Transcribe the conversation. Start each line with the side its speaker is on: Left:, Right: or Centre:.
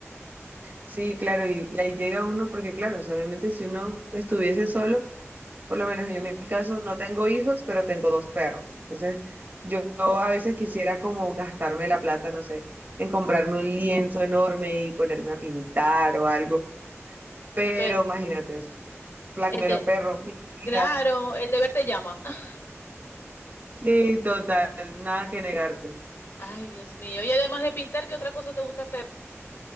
Right: Sí, claro, y, y ahí llega uno, porque claro, o sea, obviamente si uno estuviese solo Por lo menos
Left: Ujú.
Right: yo en mi caso no tengo hijos, pero tengo dos perros. Entonces, yo, a veces quisiera como gastarme la plata, no sé, en comprarme un lienzo enorme y ponerme a pintar o algo. Pero
Left: Pero
Right: imagínate, o sea, la
Left: el
Right: comida
Left: de,
Right: de los perros, mi comida.
Left: claro, el deber te llama. <laughs>
Right: Sí, total, nada que negarte.
Left: Ay, Dios mío. Y además de pintar, ¿qué otra cosa te gusta hacer?